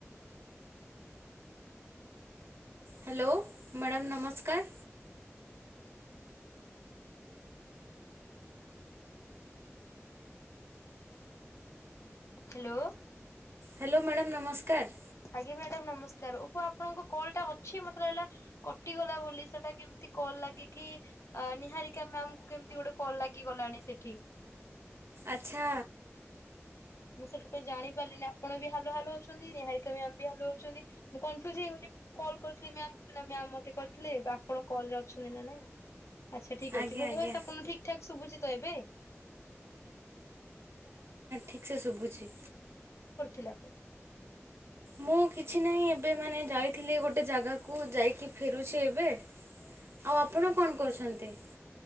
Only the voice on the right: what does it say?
ହ୍ୟାଲୋ ମ୍ୟାଡ଼ାମ ନମସ୍କାର
ହ୍ୟାଲୋ ମ୍ୟାଡ଼ମ୍ ନମସ୍କାର
ଆଛା
ଆଜ୍ଞା
ଆଜ୍ଞା
ଠିକ ସେ ଶୁଭୁଚି
ମୁଁ କିଛି ନାହିଁ ଏବେ ମାନେ ଯାଇଥିଲି ଗୋଟେ ଜାଗାକୁ ଯାଇକି ଫେରୁଛି ଏବେ ଆଉ ଆପଣ କଣ କରୁଛନ୍ତି?